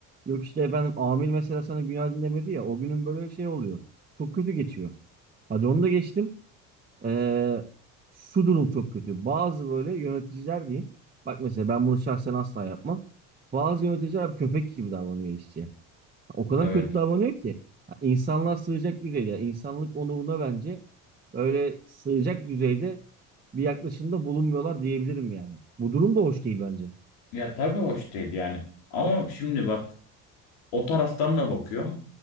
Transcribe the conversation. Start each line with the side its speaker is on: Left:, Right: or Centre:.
Right: Yok işte efendim amir mesela sana günaydın demedi ya, o günün böyle şey oluyor. Çok kötü geçiyor. Hadi onu da geçtim. Ee, şu durum çok kötü. Bazı böyle yöneticiler diyeyim. Bak mesela ben bunu şahsen asla yapmam. Bazı yöneticiler abi köpek gibi davranıyor işçiye. O kadar
Left: Evet.
Right: kötü davranıyor ki. Ha, İnsanlığa sığacak düzeyde, insanlık onuruna bence böyle sığacak düzeyde bir yaklaşımda bulunmuyorlar diyebilirim yani. Bu durum da hoş değil bence.
Left: Ya tabii hoş değil yani. Ama şimdi bak O taraftan da bakıyorum.